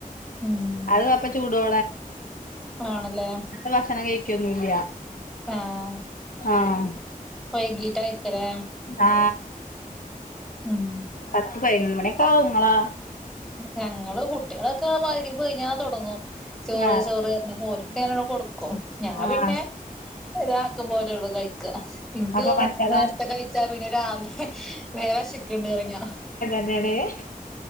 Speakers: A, in the centre; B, on the left.
A: ഉം
B: അത് അപ്പ ചൂടോടൊ
A: ആണ് ലെ
B: ഭക്ഷണം കഴിക്കൊന്നുല്ല
A: ആഹ്
B: ആഹ്
A: വൈകീട്ടായിക്കലേ
B: ആ
A: ഉം
B: പത്ത് പയിനൊന്ന് മണിക്കാവും ങ്ങളോ
A: ഞങ്ങള് കുട്ടിയളൊക്കെ മഗ് രിബ് കഴിഞ്ഞാ തൊടങ്ങും ചോറ്
B: ആഹ്
A: ചോറ് ന്നർഞ്ഞ് ഓൽക്ക് ഞാനങ്ങന കൊടുക്കും ഞാൻ
B: ആഹ്
A: പിന്നെ ഒരാക്കം പോലെള്ളൂ കഴിക്ക ഇൻക്ക്
B: അപ്പൊ മറ്റതാ
A: നേര്ത്തെ കഴിച്ചാ പിന്നെ രാവ് വേം വെഷക്ക്ണ്ട് പറിം ഞാ
B: <unintelligible>